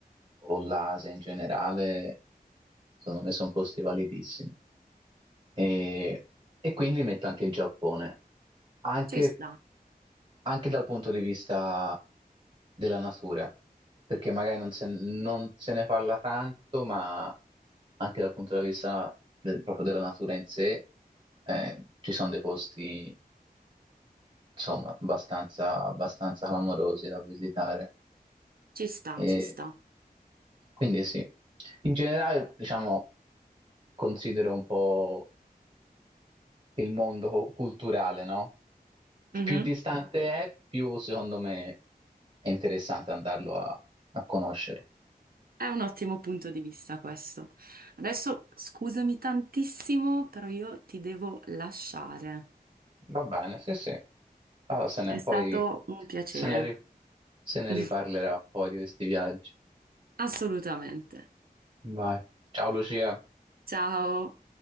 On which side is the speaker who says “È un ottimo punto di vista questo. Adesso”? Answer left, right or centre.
Right